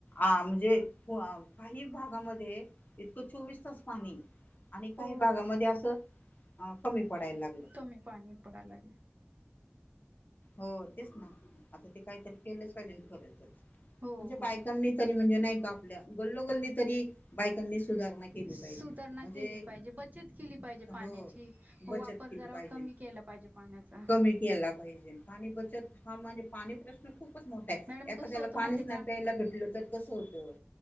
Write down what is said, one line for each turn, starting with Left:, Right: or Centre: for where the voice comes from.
Left: अ म्हणजे काही भागामध्ये इतकं चोवीस तास पाणी आणि काही
Right: हो
Left: भागामध्ये असं कमी पडायला लागत
Right: कमी पाणी पडायला लागे
Left: हो तेच ना आता ते काहीतरी केलंच पाहिजे खरचच
Right: हो
Left: म्हणजे बायकांनी
Right: हो
Left: तरी म्हणजे नाही कापल्या गलो गल्ली तरी बायकांनी सुधारणा केली
Right: सुधारणा
Left: पाहिजे म्हणजे
Right: केली पाहिजे बचत केली पाहिजे पाण्याची
Left: हो
Right: वापर
Left: बचत केली
Right: जरा
Left: पाहिजे
Right: कमी केला पाहिजे पाण्याचा
Left: कमी केला पाहिजे बचत हा म्हणजे पाणी प्रश्न खूप खूपच मोठा आहे
Right: मॅडम
Left: एखाद्याला
Right: कसं होतं
Left: पाणीच
Right: माहिती आहे
Left: नाही
Right: का
Left: प्यायला भेटलं तर कसं होतं